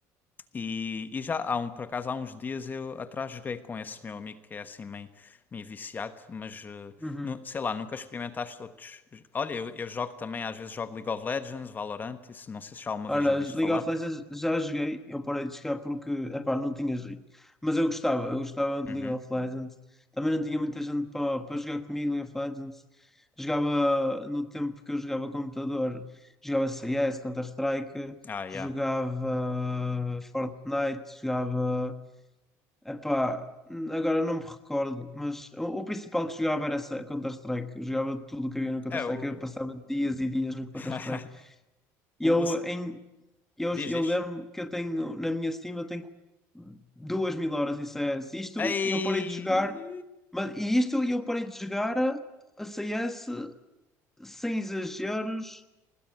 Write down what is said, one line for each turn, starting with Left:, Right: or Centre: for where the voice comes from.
Left: E, e já há um, por acaso, há uns dias eu atrás joguei com esse meu amigo que é assim meio, meio viciado, mas eh,
Centre: Uhum.
Left: nu- sei lá, nunca experimentaste outros. Olha, eu, eu jogo também, às vezes jogo League of Legends, Valorant, isso não sei se já alguma
Centre: Olha,
Left: vez ouviste
Centre: League
Left: falar.
Centre: of Legends já joguei, eu parei de jogar porque, epá, não tinha jeito. Mas eu gostava, eu gostava
Left: Uhum.
Centre: de League of Legends. Também não tinha muita gente para para jogar comigo League of Legends. Jogava no tempo que eu jogava computador, jogava CS, Counter-Strike,
Left: Ah, yeah.
Centre: jogava Fortnite, jogava, epá, agora não me recordo, mas o, o principal que jogava era essa- Counter-Strike. Eu jogava tudo o que havia no Counter-Strike,
Left: É o.
Centre: eu passava dias e dias no Counter-Strike.
Left: <laughs>
Centre: E
Left: o,
Centre: eu
Left: o...
Centre: em eu,
Left: Diz,
Centre: eu
Left: diz.
Centre: lembro que eu tenho, na minha Steam, eu tenho duas mil horas em CS. Isto
Left: Ei!
Centre: eu parei de jogar, mas, e isto eu parei de jogar a, a CS sem exageros